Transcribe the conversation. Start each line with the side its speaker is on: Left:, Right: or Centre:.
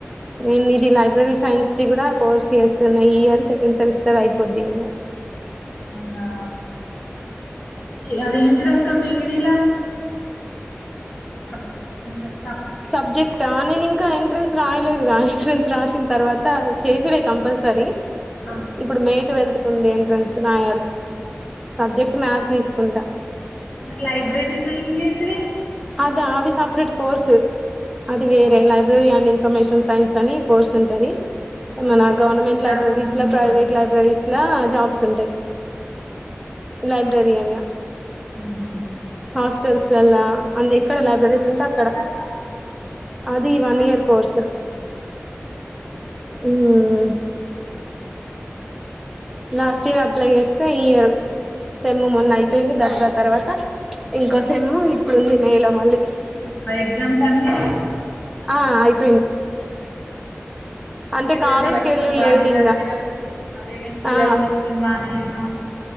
Centre: ఎంది ఇది లైబ్రెరీ సైన్స్ ఇది కూడా కోర్స్ చేస్తున్న ఈ ఇయర్ సెకండ్ సెమిస్టర్ అయిపోద్ది ఇ
Left: అవునా అదేంటి అక్క బి. ఇ. డి ల సబ్జెక్ట్స్ ఉంటాయ్
Centre: సబ్జెక్ట్ ఆ నేను ఇంకా ఎంట్రెన్స్ రాయలేదు గా ఎంట్రెన్స్ రాసిన తర్వాత చేసుడే కంపల్సరీ
Left: ఆహా!
Centre: ఇప్పుడు మే ట్వెల్త్ కు ఉంది ఎంట్రన్స్ రాయాలి సబ్జెక్ట్ మ్యాథ్స్ తీసుకు తుంట
Left: మిక్ లైబ్రరీ సైన్స్ ఎంటిది
Centre: అదా అది సపరేట్ కోర్స్, అది
Left: అవునా
Centre: వేరె
Left: ఆ!
Centre: లైబ్రరీ అనిన్ ఫమేషన్ సైన్స్ అని కోర్స్ ఉంటది ఎమన
Left: అంటే పీజీనా
Centre: గవర్నమెంట్ లైబ్రరీస్
Left: దేనికి
Centre: లా,
Left: ఇంటికి
Centre: ప్రైవేట్
Left: వస్తుంది
Centre: లైబ్రరీస్ లా జాబ్స్ ఉంటయి లైబ్ బ్రెరియన్ గ
Left: ఉమ్ హు
Centre: హాస్టల్సల్లా అన్ని ఎక్కడ
Left: ఎన్ని
Centre: లైబ్రరీస్
Left: రోజులు
Centre: ఉంటే అక్కడ
Left: ఉంటుంది అక్క
Centre: అదీ వన్ ఇయర్ కోర్స్ మ్మ్
Left: అవునా
Centre: లాస్ట్ ఇయర్ అప్లై చేస్తే, ఈ ఇయర్ సెమ్ మొన్న అయిపోయింది దసరా తర్వాత ఇంకో సెమ్ ఇప్పుడుంది మే లో మళ్ళీ.
Left: క్లియర్ చేసినావా ఎగ్జామ్స్ అన్ని
Centre: ఆ అయిప్ అంటే
Left: పిల్లల్ని
Centre: కాలేజ్కి
Left: బట్టుకొని
Centre: వెళ్ళుడు
Left: బానే
Centre: లేదు
Left: జదివినవ్
Centre: ఇంగా
Left: అదే గన్ పిల్లల్ని
Centre: ఆ
Left: బట్టుకొని బానే చదివినవక్క